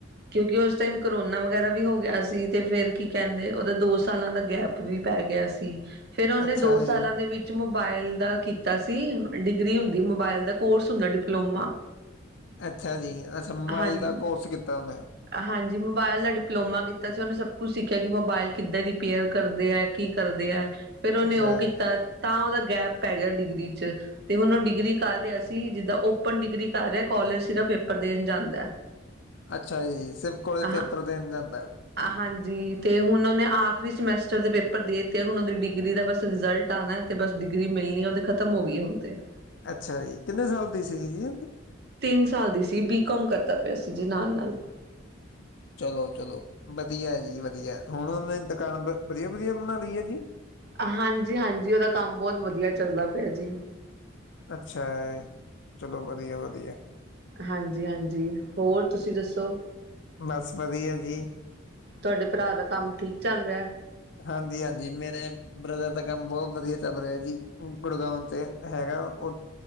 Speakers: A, on the right; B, on the left.
A: ਕਿਉਂਕਿ ਉਸ ਟਾਈਮ ਕਰੋਨਾ ਵਗੈਰਾ ਵੀ ਹੋ ਗਿਆ ਸੀ ਤੇ ਫੇਰ ਕੀ ਕਹਿੰਦੇ ਉਹਦਾ ਦੋਸ ਸਾਲਾਂ ਦਾ ਗੈਪ ਵੀ ਪੈ ਗਿਆ ਸੀ ਫੇਰ ਉਹਨੇ
B: ਅੱਛਾ
A: ਦੋ
B: ਜੀ।
A: ਸਾਲਾਂ ਦੇ ਵਿੱਚ ਮੋਬਾਇਲ ਦਾ ਕੀਤਾ ਸੀ ਡਿਗਰੀ ਹੁੰਦੀ ਮੋਬਾਇਲ ਦਾ ਕੋਰਸ ਹੁੰਦਾ ਡਿਪਲੋਮਾ <inaudible>
B: ਅੱਛਾ ਜੀ, ਅੱਛਾ ਮੋਬਾਇਲ
A: ਹਾਂਜੀ
B: ਦਾ ਕੋਰਸ ਕੀਤਾ ਉਹਨੇਂ।
A: ਹਾਂਜੀ ਮੋਬਾਇਲ ਦਾ ਡਿਪਲੋਮਾ ਕੀਤਾ ਸੀ ਉਹਨੇ ਸਭ ਕੁਛ ਸਿੱਖਿਆ ਕਿ ਮੋਬਾਇਲ ਕਿੱਦਾਂ ਰਿਪੇਅਰ ਕਰਦੇ ਐ। ਕੀ ਕਰਦੇ ਐ ਫੇਰ ਉਹਨੇ
B: ਅੱਛਾ।
A: ਉਹ ਕੀਤਾ ਤਾਂ ਉਹਦਾ ਗੈਪ ਪੈ ਗਿਆ ਡਿਗਰੀ ਚ। ਤੇ ਹੁਣ ਉਹ ਡਿਗਰੀ ਕਰ ਰਿਹਾ ਸੀ ਜਿੱਦਾਂ ਓਪਨ ਡਿਗਰੀ ਕਰ ਰਿਆ ਕੋਲਜ ਸਿਰਫ ਪੇਪਰ ਦੇਣ ਜਾਂਦਾ।
B: ਅੱਛਾ ਜੀ, ਸਿਰਫ ਕੋਲੇਜ
A: ਹਾਂ
B: ਪੇਪਰ ਦੇਨ ਜਾਂਦਾ।
A: ਹਾਂਜੀ ਤੇ ਹੁਣ ਉਹਨੇ ਆਖਰੀ ਸਮੈਸਟਰ ਦੇ ਪੇਪਰ ਦੇ ਤੇ ਹੁਣ ਉਹਦੀ ਡਿਗਰੀ ਦਾ ਬਸ ਰਿਜਲਟ ਆਨਾ। ਤੇ ਬਸ ਡਿਗਰੀ ਮਿਲਣੀ ਆ ਉਹਦੇ ਖ਼ਤਮ ਹੋ ਗਈ ਹੁਣ ਤੇ।
B: ਅੱਛਾ ਜੀ, ਕਿੰਨੇ ਸਾਲ ਦੀ ਸੀਗੀ ਜੀ।
A: ਤਿੰਨ ਸਾਲ ਦੀ ਸੀ, ਬੀਕੋਮ ਕਰਦਾ ਪਿਆ ਸੀ ਜੀ ਨਾਲ-ਨਾਲ।
B: ਚਲੋ ਚਲੋ, ਵਧੀਆ ਜੀ ਵਧੀਆ, ਹੁਣ ਉਹਨੇ ਦੁਕਾਨ ਵਧੀਆ-ਵਧੀਆ ਬਣਾ ਲਈ ਆ ਜੀ।
A: ਆਹਾਂਜੀ ਹਾਂਜੀ, ਉਹਦਾ ਕੰਮ ਬਹੁਤ ਵਧੀਆ ਚੱਲਦਾ ਪਿਆ ਜੀ।
B: ਅੱਛਾ ਏ, ਚਲੋ ਵਧੀਆ ਵਧੀਆ।
A: ਹਾਂਜੀ ਹਾਂਜੀ, ਹੋਰ ਤੁਸੀਂ ਦੱਸੋ?
B: ਬਸ ਵਧੀਆ ਜੀ,
A: ਤੁਆਡੇ ਭਰਾ ਦਾ ਕੰਮ ਠੀਕ ਚੱਲ ਰਿਆ।
B: ਹਾਂਜੀ ਹਾਂਜੀ ਮੇਰੇ ਬ੍ਰਦਰ ਦਾ ਕੰਮ ਬਹੁਤ ਵਧੀਆ ਚੱਲ ਰਿਆ ਜੀ, ਗੁੜਗਾਉਂ ਤੇ ਹੈਗਾ ਓਹ